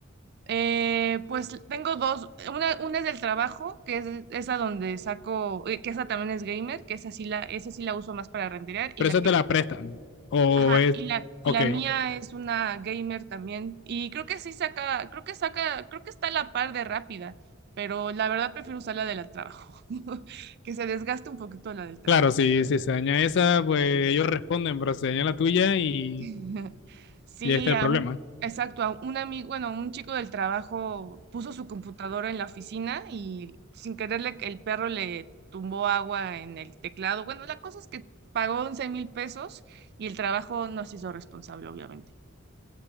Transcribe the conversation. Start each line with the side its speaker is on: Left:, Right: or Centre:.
Right: Eh, pues tengo dos, una, una es del trabajo, que es esa donde saco, eh, que esa también es gamer, que esa sí la, esa sí la uso más para renderear, y
Left: pero
Right: la
Left: esa
Right: que
Left: te la prestan. O
Right: Ajá,
Left: es,
Right: y la, y
Left: ok.
Right: la mía es una gamer también. Y creo que sí saca, creo que saca, creo que está a la par de rápida, pero la verdad prefiero usar la del trabajo, <laughs> que se desgaste un poquito la del trabajo.
Left: Claro, si, si se daña esa, pues ellos responden, pero se daña la tuya y,
Right: <laughs> Sí,
Left: y ahí está el
Right: a
Left: problema.
Right: un- exacto, a un amigo, bueno, un chico del trabajo puso su computadora en la oficina y sin quererle el perro le tumbó agua en el teclado. Bueno, la cosa es que pagó once mil pesos y el trabajo nos hizo responsable, obviamente.